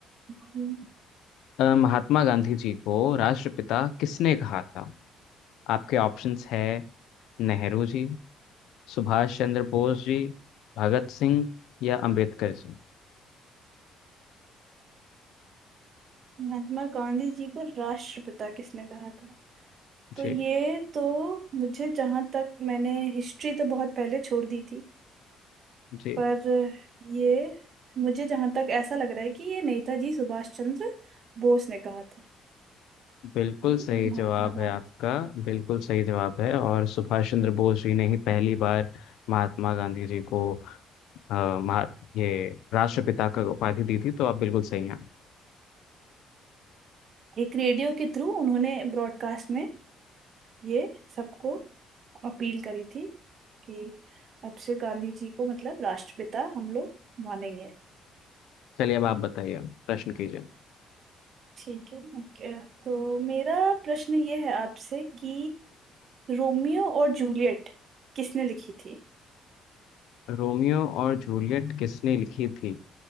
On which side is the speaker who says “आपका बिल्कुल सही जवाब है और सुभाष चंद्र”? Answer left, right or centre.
Left